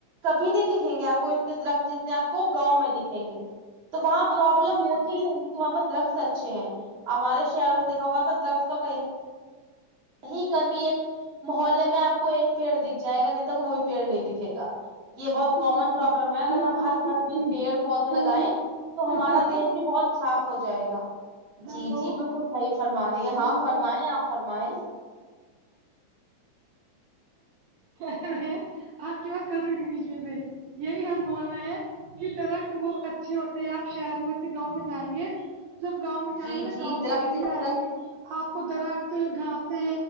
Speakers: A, on the right (about 45°); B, on the right (about 80°).
A: کبھی نہیں دکھیں گے آپ کو اتنے درخت جتنے آپ کو گاؤں میں دکھیں گے تو وہاں پروبلم
B: آپ کتنی
A: ہوتی
B: اچھی
A: ہی نہیں وہاں پرہ درخت اچھے ہیں ہمارے شہروں میں دیکھا ہوا درخت کا کہیں کہیں ک بھیھی ایک محلے میں آپ کو ایک پیڑ دکھ جائے گا نہیں تو وہ وہی پیڑ نہیں دکھے گا یہ بہت کومن
B: بالکل
A: پروبلم ہے اگر
B: یہ
A: ہم ہر
B: آپ کی
A: گھر میں
B: جی
A: پیڑ پودے
B: ہلو
A: لگائےیں تو
B: ہلو
A: ہمارا دیش بھی بہت صاف ہو جائے گا
B: ہلو
A: جی جی بالکل صحیح فرما رہے ہے ہاں
B: ہلو
A: فرمائیں آپ فرمائے
B: کیا رہے ہیں آپ کی بات کر رہی تھی بیچ میں سے یہی ہم بول رہے ہیں کی درخت بہت اچھے ہوتے ہیں آپ شہر میں سے گاؤں میں جائیں گے جب گاؤں میں جائیں
A: جی
B: گے نا
A: جی
B: گاؤں کے
A: درخت
B: ایریا
A: نا
B: آئیں گے آپ کو درخت گھاسے